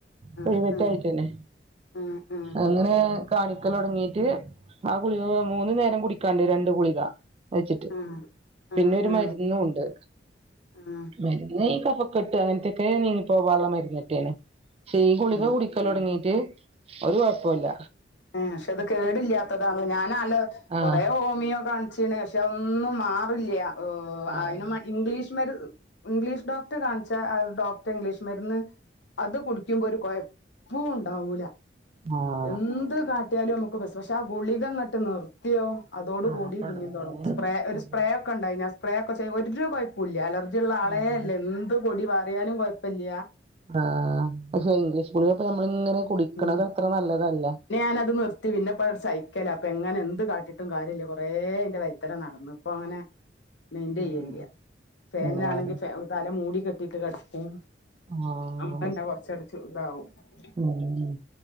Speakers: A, on the left; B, on the right.
A: ആഹ്
B: പ്രൈവറ്റ്
A: ആഹ്
B: ആയിട്ടന്നെ
A: ആഹ്
B: അങ്ങനെ കാണിക്കലൊടങ്ങിട്ട് ആ ഗുളിക മൂന്നു നേരം കുടിക്കാണ്ട് രണ്ട് ഗുളിക. വച്ചിട്ട്
A: ആഹ് ആഹ്
B: പിന്നെരു
A: ആഹ്
B: മരുന്നുണ്ട്.
A: ആഹ് ആഹ്
B: മരന്ന് ഈ കഫക്കെട്ട് അങ്ങനത്തെക്കെ നീങ്ങി പോകള്ള മരുന്നൊറ്റാണ് പക്ഷേ ഈ ഗുളിക
A: ആഹ്
B: കുടി ക്കലോടങ്ങീട്ട് ഒരു കുഴപ്പല്ല.
A: ആഹ് പക്ഷെ അത് കേടില്ലാത്തതാണ ഞാനത്
B: ആഹ്
A: കൊറേ ഹോമിയോ കാ ചിണ് പക്ഷെ ഒന്നും മാറില്ല ഓഹ്
B: ആഹ്
A: അയിന് മാ ഇംഗ്ലീഷ് മരു ഇംഗ്ലീഷ് ഡോക്ടറെ കാണിച്ച ഡോക്ടർ ഇംഗ്ലീഷ് മരുന്ന് അത് കുടിക്കുമ്പോ ഒരു കുഴപ്പൂണ്ടാവൂല.
B: ആഹ്
A: എന്ത് കാട്ടിയാലും നമുക്ക് പക്ഷെ ആ ഗുളിക ങ്ങട്ട് നിർ യോ അതോടകൂടി
B: ആഹ് തൊടങ്ങീന്
A: പിന്നീന്തോടുങ്ങും സ്പ്രേ ഒരു
B: അതെ
A: സ്പ്രേ ഒക്കെണ്ട ആ സ്പ്രേ ഒക്കെ ഒരു കൊയ് പുല്ല അലർജി ഉള്ള ആളെ
B: അതെ
A: അല്ല എന്ത് പൊടി പാറിയാലും കൊഴപ്പില്ല.
B: ആഹ് പക്ഷെ ഇംഗ്ലീഷ് ഗുളിക പ്പ നമ്മള ഇങ്ങനെ കുടിക്കണത്
A: ഉം
B: അത്ര നല്ലതല്ല.
A: ഞാനത് നിർത്തി പിന്നെപ്പോഴ സൈക്കലാണ് അപ്പ അങ്ങനെ എന്ത് കാട്ടിയിട്ടും കാര്യമില്ല കുറേ അയ്ൻ്റെ വൈത്തല നടന്ന് ഇപ്പോൾ അങ്ങനെ മെയിന്റയില്ല
B: ആഹ്
A: ഫാനിനാണെങ്കിൽ
B: ആഹ്
A: തല മൂടി കെട്ടിട്ട് കിടക്കും
B: ആഹ്
A: <unintelligible>
B: മ്